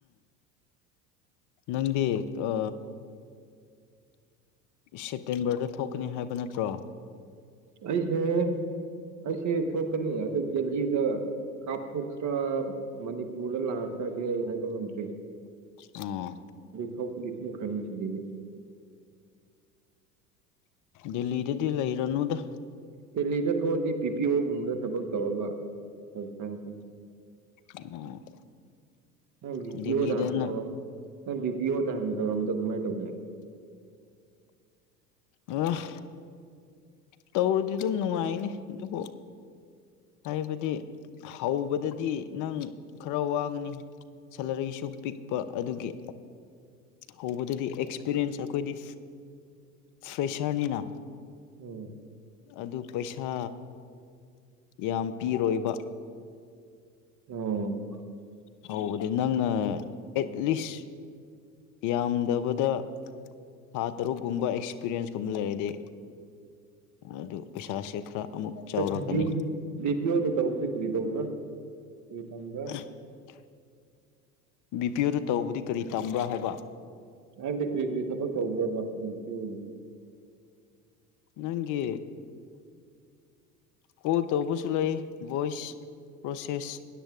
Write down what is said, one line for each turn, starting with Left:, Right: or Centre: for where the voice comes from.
Left: ꯅꯪꯗꯤ ꯑ ꯁꯦꯞꯇꯦꯝꯕꯔꯗ ꯊꯣꯛꯀꯅꯤ ꯍꯥꯏꯕ ꯅꯠꯇ꯭ꯔꯣ
Right: ꯑꯩꯁꯦ ꯑꯩꯁꯦ ꯊꯣꯛꯀꯅꯤ ꯑꯗꯨ ꯗꯦꯜꯍꯤꯗ ꯀꯥꯞꯊꯣꯛꯇ꯭ꯔꯥ ꯃꯅꯤꯄꯨꯔꯗ ꯂꯥꯛꯈ꯭ꯔꯒꯦ ꯑꯩ ꯍꯥꯏꯕ ꯉꯝꯗ꯭ꯔꯤ
Left: ꯑꯣ
Right: ꯊꯣꯛꯄꯗꯤ ꯊꯣꯛꯈ꯭ꯔꯅꯤ ꯁꯤꯗꯒꯤ
Left: ꯗꯦꯜꯂꯤꯗꯗꯤ ꯂꯩꯔꯨꯅꯨꯗ
Right: ꯗꯦꯜꯂꯤꯗ ꯊꯣꯛꯑꯗꯤ ꯕꯤ ꯄꯤ ꯑꯣꯒꯨꯝꯕꯗ ꯊꯕꯛ ꯇꯧꯔꯒ ꯇꯧꯁꯤꯔ ꯈꯟꯕ
Left: ꯑꯣ
Right: ꯅꯪ ꯕꯤ
Left: ꯗꯦꯜꯂꯤꯗꯅ
Right: ꯄꯤ ꯑꯣꯍꯟ ꯇꯧꯔ ꯅꯪ ꯕꯤ ꯄꯤ ꯑꯣ ꯍꯟ ꯇꯧꯔꯝꯕꯗꯣ ꯀꯃꯥꯏꯅ ꯇꯧꯒꯦ
Left: ꯑꯥꯍ ꯇꯧꯔꯗꯤ ꯑꯗꯨꯝ ꯅꯨꯡꯉꯥꯏꯅꯤ ꯑꯗꯨꯕꯨ ꯍꯥꯏꯕꯗꯤ ꯍꯧꯕꯗꯗꯤ ꯅꯪ ꯈꯔ ꯋꯥꯒꯅꯤ ꯁꯦꯂꯔꯤꯁꯨ ꯄꯤꯛꯄ ꯑꯗꯨꯒꯤ ꯍꯧꯕꯗꯗꯤ ꯑꯦꯛꯁꯄꯤꯔꯤꯌꯦꯟꯁ ꯑꯩꯈꯣꯏꯗꯤ ꯐ꯭ꯔꯦꯁꯔꯅꯤꯅ
Right: ꯎꯝ
Left: ꯑꯗꯨ ꯄꯩꯁꯥ ꯌꯥꯝ ꯄꯤꯔꯣꯏꯕ
Right: ꯑꯣ
Left: ꯍꯧꯕꯗꯤ ꯅꯪꯅ ꯑꯦꯠꯂꯤꯁ ꯌꯥꯝꯗꯕꯗ ꯊꯥ ꯇꯔꯨꯛꯀꯨꯝꯕ ꯑꯦꯛꯁꯄꯤꯔꯤꯌꯦꯟꯁ ꯀꯨꯝꯕ ꯂꯩꯔꯗꯤ ꯑꯗꯨ ꯄꯩꯁꯥꯁꯦ ꯈꯔ ꯑꯃꯨꯛ ꯆꯥꯎꯔꯛꯀꯅꯤ
Right: <unintelligible> ꯗꯤ ꯄꯗ ꯇꯧꯕ ꯗꯤ ꯀꯔꯤ ꯇꯧꯕ ꯇꯝꯕ <unintelligible>
Left: <unintelligible> ꯕꯤ ꯄꯤ ꯑꯣꯗꯨ ꯇꯧꯕꯗꯤ ꯀꯔꯤ ꯇꯝꯕ꯭ꯔꯥ ꯍꯥꯏꯕ
Right: ꯍꯥꯏꯕꯗꯤ ꯀꯔꯤ ꯀꯔꯤ ꯊꯕꯛ ꯇꯧꯕ꯭ꯔꯕ ꯕꯤ ꯄꯤ ꯑꯣꯒꯤ
Left: ꯅꯪꯒꯤ ꯀꯣꯜ ꯇꯧꯕꯁꯨ ꯂꯩ ꯚꯣꯏꯁ ꯄ꯭ꯔꯣꯁꯦꯁ